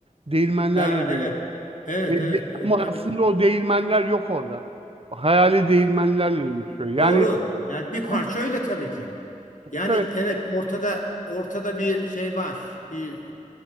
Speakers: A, on the right; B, on the left.
A: değirmenlerle
B: Ha
A: dövüş.
B: evet. Evet
A: Ve
B: evet
A: de-
B: evet
A: ama aslında
B: tabii ki.
A: o değirmenler yok orada. O hayali değirmenlerle dövüşüyor. Yani
B: Doğru. Yani bir
A: tamam,
B: parça öyle tabii ki. Yani
A: evet.
B: evet ortada ortada bir şey var. Bir